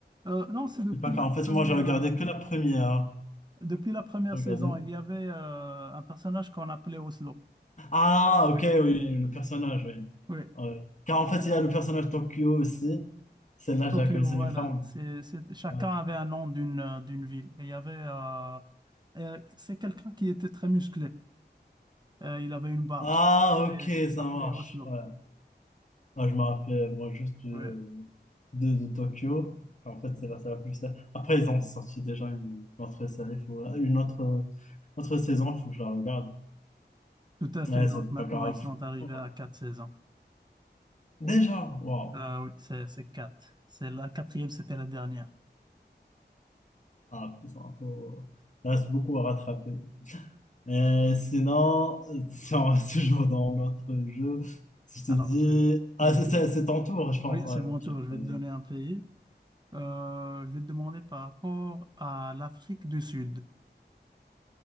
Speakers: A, on the right (about 25°); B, on the left (about 45°).
A: Euh, non, c'est depuis
B: Je sais pas car
A: la
B: En
A: première,
B: fait, moi, j'ai regardé
A: euh,
B: que la première. hein.
A: depuis la première
B: J'ai regardé...
A: saison, il y avait euh, un personnage qu'on appelait Oslo.
B: Ah, ok,
A: Oui.
B: oui, le personnage, oui.
A: Oui.
B: Ouais. Car en fait, il y a le personnage Tokyo aussi. Celle-là, je
A: Tokyo,
B: la connaissais
A: voilà.
B: une femme.
A: C'est, c'est- chacun
B: Ouais.
A: avait un nom d'une euh, d'une ville. Et il y avait, euh, euh, c'est quelqu'un qui était très musclé. Euh, il avait une barbe.
B: Ah,
A: Il s'appelait
B: ok,
A: il s'appelait
B: ça marche.
A: Oslo.
B: Ouais. Ah, je me rappelais, moi, juste euh,
A: Oui,
B: de, de Tokyo. En fait, c'est la série la plus... Après, ils ont sorti déjà une, une autre série, faut, une autre, euh, autre saison, il faut que je la regarde.
A: tout à fait.
B: Ouais,
A: Donc
B: c'est
A: maintenant,
B: pas grave.
A: ils sont arrivés
B: Oh,
A: à quatre saisons.
B: Déjà, waouh!
A: Ah oui, c'est c'est quatre. C'est la quatrième, c'était la dernière.
B: Ah, faut- faut- Il reste beaucoup à rattraper. Et sinon, euh, si on reste <laughs> toujours dans notre jeu, si je te
A: Alors,
B: dis...
A: je, vais-
B: Ah,
A: je vais,
B: c'est
A: te-
B: c'est- c'est ton tour, je pense.
A: oui,
B: Ouais,
A: c'est mon
B: ok,
A: tour. Je vais
B: vas-y.
A: te donner un pays. Euh, je vais te demander par rapport à l'Afrique du Sud.